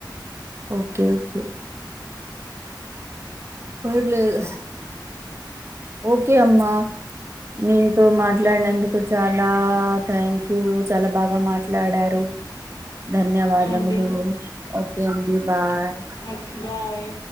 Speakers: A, on the right; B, on the left.
A: ఓకే ఓకె పర్లేదు ఓకే అమ్మా మీతో
B: ఓకే
A: మాట్లాడినందుకు
B: అండి
A: చాలా థ్యాంక్ యూ చాలా బాగ మాట్లాడారు ధన్యవాదములు
B: ఓకే అండి
A: ఓకే అండీ బాయ్
B: ఓకే బాయ్